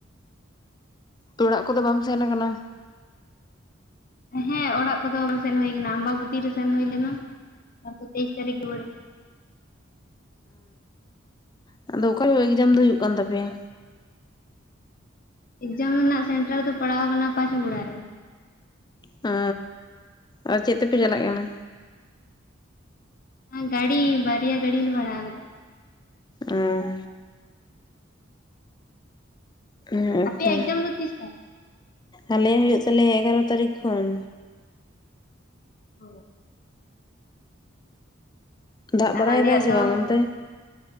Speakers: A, on the left; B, on the left.
A: ᱛᱚ ᱚᱲᱟᱜ ᱠᱚᱫᱚ ᱵᱟᱢ ᱥᱮᱱ ᱟᱠᱟᱱᱟ
B: ᱦᱮᱸ ᱚᱲᱟᱜ ᱠᱚᱫᱚ ᱵᱟᱝ ᱥᱮᱱ ᱦᱩᱭ ᱟᱠᱟᱱᱟ ᱟᱢᱵᱟᱵᱚᱛᱤ ᱨᱮ ᱥᱮᱱ ᱦᱩᱭ ᱞᱮᱱᱟ ᱛᱯᱚᱨ ᱛᱮᱭᱤᱥ ᱛᱟᱨᱤᱠᱷᱮ ᱨᱩᱣᱟᱹᱲ
A: ᱦᱮᱸ ᱟᱫᱚ ᱚᱠᱟ ᱨᱮ ᱮᱠᱡᱟᱢ ᱫᱚ ᱦᱩᱭᱩᱜ ᱠᱟᱱ ᱛᱟᱯᱮᱭᱟ᱾
B: ᱮᱠᱡᱟᱢ ᱨᱮᱱᱟᱜ ᱥᱮᱱᱴᱟᱨ ᱫᱚ ᱯᱟᱲᱟᱣ ᱟᱠᱟᱱᱟ ᱯᱟᱸᱪ ᱢᱩᱲᱟ ᱨᱮ
A: ᱦᱮᱻ ᱟᱨ ᱪᱮᱫ ᱛᱮᱯᱮ ᱪᱟᱞᱟᱜ ᱠᱟᱱᱟ
B: ᱦᱮ ᱜᱟᱲᱤ ᱵᱟᱨᱭᱟ ᱜᱟᱲᱤ ᱵᱷᱟᱲᱟ ᱟᱠᱟᱫᱟ
A: ᱚᱸ ᱦᱮᱸ
B: ᱟᱯᱮᱭᱟᱜ
A: ᱛᱚ
B: ᱮᱠᱡᱟᱢ ᱫᱚ ᱛᱤᱥ ᱛᱟᱦᱮᱸ
A: ᱟᱞᱮᱭᱟᱜ ᱦᱩᱭᱩᱜ ᱛᱟᱞᱮᱭᱟ ᱮᱜᱟᱨᱚ ᱛᱟᱨᱤᱠᱷ ᱠᱷᱚᱱ
B: ᱦᱮ
A: ᱫᱟᱜ ᱵᱟᱲᱟᱭ
B: ᱟᱨ ᱟᱞᱮᱭᱟᱜ
A: ᱫᱟᱭ ᱥᱮ
B: ᱫᱚ
A: ᱵᱟᱝ ᱚᱱᱛᱮ?